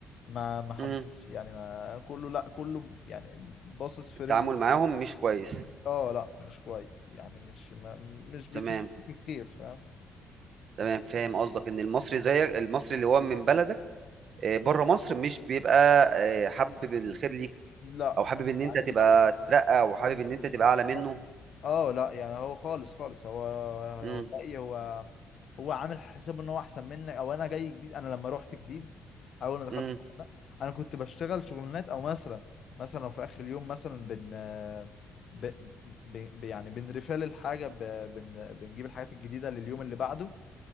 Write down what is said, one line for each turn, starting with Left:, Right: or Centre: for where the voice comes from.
Left: ما ما حبش
Right: امم
Left: يعني ما كله لا كله يعني باصص في
Right: التعامل
Left: رزق
Right: معاهم مش كويس
Left: اه لا مش كويس يعني مش ما مش بيتمنى
Right: تمام
Left: الخير فاهم
Right: تمام فاهم قصدك ان المصري زيك المصري اللي هو من بلدك آه، بره مصر مش بيبقى آه، حابب الخير ليك
Left: لا
Right: او حابب ان انت
Left: يعني
Right: تبقى
Left: لا
Right: تترقى او حابب ان انت تبقى اعلى منه
Left: لا اه لا يعني هو خالص خالص هو
Right: امم
Left: هو جاي هو هو عامل حساب ان هو احسن منك او انا جاي جديد انا لما روحت جديد اول ما دخلت
Right: امم
Left: الموضوع ده، انا كنت بشتغل شغلانات او مثلا مثلا لو في اخر اليوم مثلا بن ب... ب... ب... يعني بنرفال الحاجه ب... بن... بنجيب الحاجات الجديده لليوم اللي بعده